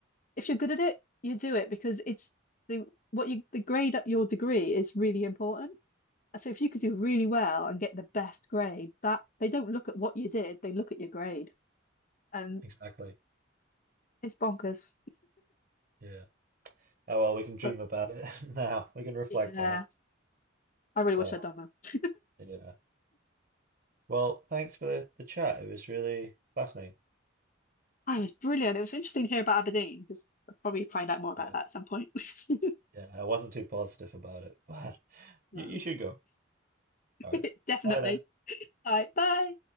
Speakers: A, on the left; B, on the right.
A: if you're good at it you do it because it's the what you the grade at your degree is really important. So if you could do really well and get the best grade that they don't look at what you did they look at your grade and
B: exactly,
A: it's bonkers
B: yeah. Oh well, we can dream
A: but
B: about it <laughs> now. We can reflect
A: yeah
B: on it,
A: I really
B: but
A: wish I'd done that.
B: yeah. Well, thanks for the, the chat. It was really fascinating.
A: Oh, it was brilliant. It was interesting to hear about Aberdeen because I'll probably find out more about
B: Yeah,
A: that at some point. <laughs>
B: yeah. I wasn't too positive about it, but <laughs> you,
A: Um,
B: you should go.
A: <laughs>
B: All right.
A: Definitely.
B: Bye then.
A: All right, bye.